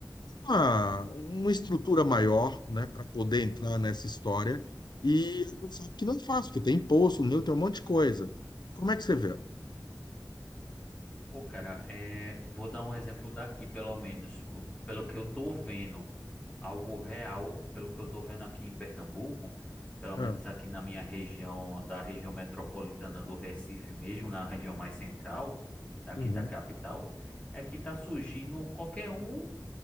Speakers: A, on the left; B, on the left.
A: Uma, uma estrutura maior, né, para poder entrar nessa história. E a gente sabe que não é fácil, porque tem imposto, o meu, tem um monte de coisa. Como é que você vê?
B: Pô, cara, é, vou dar um exemplo daqui, pelo menos, o- pelo que eu tô vendo. algo real, pelo que eu estou vendo aqui em Pernambuco, pelo menos
A: Ah,
B: aqui na minha região, da região metropolitana do Recife mesmo, na região mais central, daqui
A: uhum.
B: da capital, é que está surgindo qualquer um,